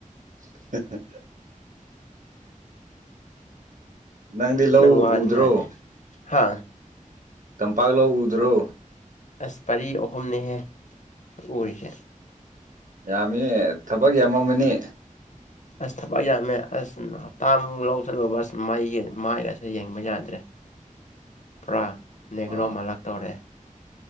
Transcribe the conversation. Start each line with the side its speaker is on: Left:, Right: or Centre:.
Right: <unintelligible> ꯅꯪꯗꯤ ꯂꯧ
Left: ꯅꯪ ꯋꯥꯅꯤꯉꯥꯏꯅꯦ
Right: ꯎꯗ꯭ꯔꯣ
Left: ꯍꯥ
Right: ꯇꯝꯄꯥꯛ ꯂꯧ ꯎꯗ꯭ꯔꯣ
Left: ꯑꯁ ꯄꯔꯤ ꯑꯍꯨꯝꯅꯦꯍꯦ ꯎꯔꯤꯁꯦ
Right: ꯌꯥꯝꯃꯤꯍꯦ ꯊꯕꯛ ꯌꯥꯝꯃꯝꯃꯅꯤ
Left: ꯑꯁ ꯊꯕꯛ ꯌꯥꯝꯃꯦ ꯑꯁ ꯎꯝ ꯍꯞꯇꯥꯃꯨꯛ ꯂꯧ ꯆꯠꯂꯨꯕ ꯑꯁ ꯃꯩꯒꯤ ꯃꯥꯏꯒꯥꯁꯦ ꯌꯦꯡꯕ ꯌꯥꯗ꯭ꯔꯦ
Right: <inaudible>
Left: ꯄꯨꯔꯥ ꯅꯦꯒ꯭ꯔꯣ
Right: ꯑꯥ
Left: ꯃꯥꯜꯂꯛꯇꯧꯔꯦ